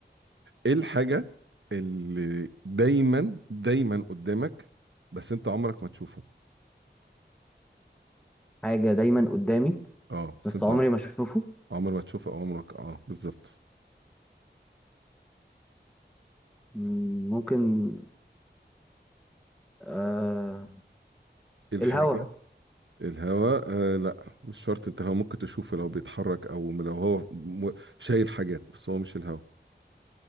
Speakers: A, on the right; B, in the centre.
A: ايه الحاجه اللي دايما دايما قدامك بس انت عمرك ما تشوفه
B: حاجة دايما قدامي
A: اه بس
B: بس
A: انت
B: عمري
A: عم-
B: ما اشوفه
A: عمر ما تشوفه او عمرك اه بالظبط
B: مم، ممكن آه...
A: ايه الحاجه
B: الهوا
A: الهواء آه لا مش شرط انت هو ممكن تشوفه لو بيتحرك او لو هو م- شايل حاجات بس هو مش الهواء